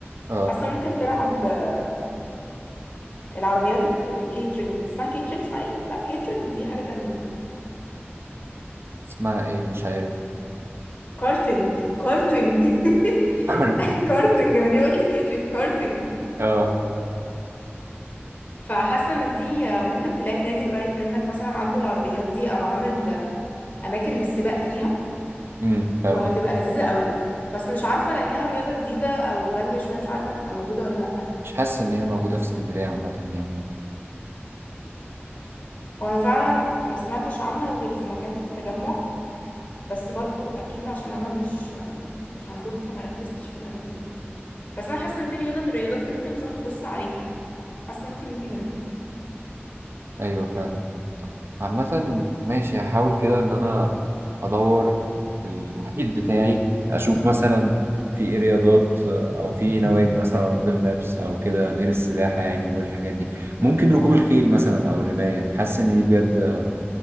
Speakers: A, on the right (about 60°); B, on the left (about 35°).
A: اه
B: حاسة ممكن تلعب آه، العربيات ال- الكيترينج اسمها كيترينج اسمها ايه؟ لا كيترينج دي حاجة تانية
A: اسمها ايه مش عارف
B: كارتينج كارتينج
A: كورتين
B: <laughs> كارتينج انا ليه قلت كيترينج كارتينج
A: اه
B: فحاسه ان دي ممكن تلاقي نادي قريب منك مثلا عنده العربيات دي او عامل اماكن للسباق فيها
A: امم فاهم
B: وهتبقى
A: قصدي.
B: لذيذة قوي بس مش عارفة لأنها رياضة جديدة أو غالية شوية مش عارفة هتبقى موجودة ولا لأ
A: مش حاسس ان هي موجودة في اسكندرية عامة يعني
B: وأنا فعلا ما سمعتش عنها غير في مكان في التجمع بس برضو أكيد عشان أنا مش مش عندكم فما ركزتش في الأماكن دي بس أنا حاسة إن دي رياضة من الرياضات اللي ممكن تروح تبص عليها حاسة ممكن يجي منها
A: ايوه فعلا عامة ماشي هحاول كده ان انا ادور في المحيط بتاعي اشوف مثلا في ايه رياضات آه، او في ايه نوادي مثلا على جوجل مابس او كده غير السباحة يعني وغير الحاجات دي ممكن ركوب الخيل مثلا او الرماية حاسس ان دي بجد